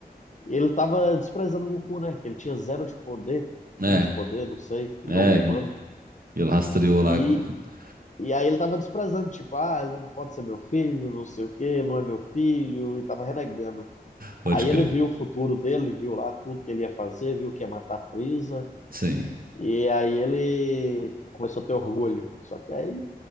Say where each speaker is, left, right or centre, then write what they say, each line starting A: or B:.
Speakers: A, on the left (about 50°); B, on the right (about 60°).
A: ele tava desprezando o Goku, né? Que ele tinha zero de poder,
B: É,
A: um de poder, não sei, igual
B: é,
A: um humano.
B: ele rastreou
A: E,
B: lá com... <laughs>
A: e aí ele tava desprezando, tipo, ah, ele não pode ser meu filho, não sei o quê, ele não é meu filho, e tava renegando.
B: Pode
A: Aí
B: crer.
A: ele viu o futuro dele, viu lá tudo que ele ia fazer, viu que ia matar a Frieza,
B: Sim.
A: E aí ele começou a ter orgulho. Só que aí,